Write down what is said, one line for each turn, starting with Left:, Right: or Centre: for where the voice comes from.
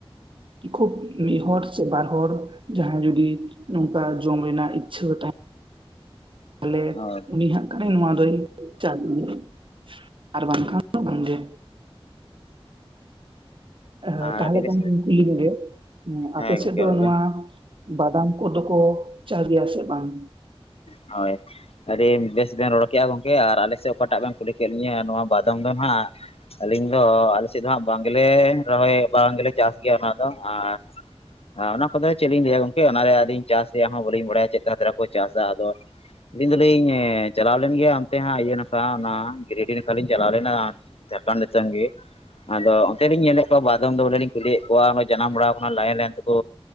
Right: ᱠᱷᱩᱵ ᱢᱤᱜ ᱦᱚᱲ ᱥᱮ ᱵᱟᱨ ᱦᱚᱲ ᱡᱟᱦᱟᱸᱭ ᱡᱩᱫᱤ ᱱᱚᱝᱠᱟ ᱡᱚᱢ ᱨᱮᱱᱟᱜ ᱤᱪᱷᱟᱹ ᱛᱟᱦᱮᱸ ᱛᱟᱦᱞᱮ
Left: ᱦᱳᱭ
Right: ᱩᱱᱤ ᱦᱟᱸᱜ ᱠᱷᱟᱭ ᱱᱚᱣᱟ ᱫᱚᱭ <inaudible> ᱟᱨ ᱵᱟᱝᱠᱷᱟᱱ <inaudible> ᱵᱟᱝᱜᱮ᱾ ᱮ ᱦᱮᱸ
Left: ᱟᱨ
Right: ᱛᱟᱦᱞᱮ
Left: ᱟᱹᱰᱤ ᱵᱮᱥ
Right: <inaudible> ᱟᱯᱮ
Left: ᱦᱮᱸ ᱜᱚᱝᱠᱮ
Right: ᱥᱮᱫ ᱫᱚ
Left: ᱨᱚᱲ
Right: ᱱᱚᱣᱟ,
Left: ᱵᱮᱱ
Right: ᱵᱟᱫᱟᱢ ᱠᱚᱫᱚ ᱠᱚ ᱪᱟᱥ ᱜᱮᱭᱟ ᱥᱮ ᱵᱟᱝ?
Left: ᱦᱟᱭ, ᱟᱹᱰᱤ ᱵᱮᱥ ᱵᱮᱱ ᱨᱚᱲ ᱠᱮᱜᱼᱟ ᱜᱚᱝᱠᱮ ᱟᱨ ᱟᱞᱮ ᱥᱮᱜ ᱚᱠᱟᱴᱟᱜ ᱵᱮᱱ ᱠᱩᱞᱤ ᱠᱮᱜ ᱞᱤᱧᱟᱹ ᱱᱚᱣᱟ ᱵᱟᱫᱚᱢ ᱫᱚ ᱦᱟᱸᱜ, ᱟᱹᱞᱤᱧ ᱫᱚ ᱟᱞᱮ ᱥᱮᱜ ᱫᱚ ᱦᱟᱸᱜ ᱵᱟᱝᱜᱞᱮ ᱨᱚᱦᱚᱭ ᱵᱟᱝ ᱜᱮᱞᱮ ᱪᱟᱥ ᱜᱮᱭᱟ ᱚᱱᱟ ᱫᱚ ᱟᱨ, ᱚᱱᱟ ᱠᱚᱫᱚ ᱪᱮᱫ ᱞᱤᱧ ᱞᱟᱹᱭᱟ ᱜᱚᱝᱠᱮ ᱚᱱᱟᱨᱮ ᱟᱹᱫᱚ ᱪᱟᱥ ᱨᱮᱭᱟᱜ ᱦᱚᱸ ᱵᱟᱹᱞᱤᱧ ᱵᱟᱲᱟᱭᱟ ᱪᱮᱫ ᱠᱟᱠᱚ ᱪᱟᱥ-ᱟ ᱟᱫᱚ, ᱟᱹᱞᱤᱧ ᱫᱚᱞᱤᱧ ᱮ ᱪᱟᱞᱟᱣ ᱞᱮᱱ ᱜᱮᱭᱟ ᱚᱱᱛᱮ ᱦᱟᱸᱜ ᱤᱭᱟᱹ ᱱᱟᱠᱷᱟ ᱚᱱᱟ ᱜᱤᱨᱤᱰᱤ ᱱᱟᱠᱷᱟ ᱞᱤᱧ ᱪᱟᱞᱟᱣ ᱞᱮᱱᱟ᱾ ᱪᱟᱛᱟᱱ ᱫᱤᱥᱚᱢ ᱜᱤ, ᱟᱫᱚ ᱚᱱᱛᱮ ᱞᱤᱧ ᱧᱮᱞᱮᱜ ᱠᱚᱣᱟ ᱵᱟᱫᱚᱢ ᱫᱚ ᱵᱚᱞᱮ ᱞᱤᱧ ᱠᱩᱞᱤᱭᱮᱫ ᱠᱚᱣᱟ ᱡᱟᱱᱟᱢ ᱵᱟᱲᱟ ᱠᱟᱱᱟ ᱞᱟᱭᱮᱱ ᱞᱟᱭᱮᱱ ᱛᱮᱠᱚ